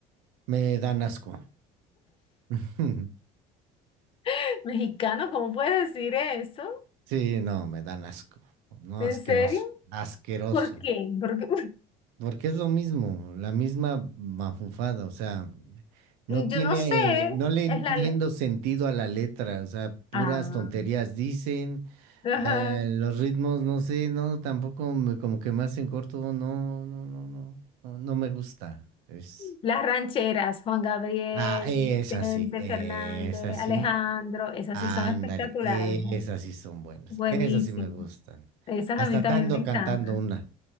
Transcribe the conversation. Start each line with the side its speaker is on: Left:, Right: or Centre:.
Right: me dan asco. <laughs>
Left: <laughs> mexicanos? ¿Cómo puedes decir eso?
Right: Sí, no, me dan asco. No,
Left: ¿En
Right: asqueroso.
Left: serio?
Right: Asqueroso.
Left: ¿Por qué? Porque
Right: Porque es lo mismo, la misma mafufada, o sea,
Left: <laughs>
Right: no
Left: yo
Right: tiene,
Left: no sé,
Right: eh, no le entiendo
Left: es la... le-
Right: sentido a la letra, o sea, puras
Left: Ah,
Right: tonterías dicen,
Left: ajá.
Right: eh, los ritmos, no sé, no, tampoco me- como que me hacen corto, no, no, no, no, no, no me gusta. Es,
Left: Las rancheras, Juan Gabriel,
Right: ah, es
Left: Vicente
Right: así, es
Left: Fernández,
Right: así,
Left: Alejandro, esas
Right: ándale,
Left: sí son espectaculares,
Right: esas
Left: ¿no?
Right: sí son buenas,
Left: Buenísimas.
Right: esas sí me gustan.
Left: Esas
Right: Hasta
Left: a mí también
Right: tando
Left: me encantan.
Right: cantando una,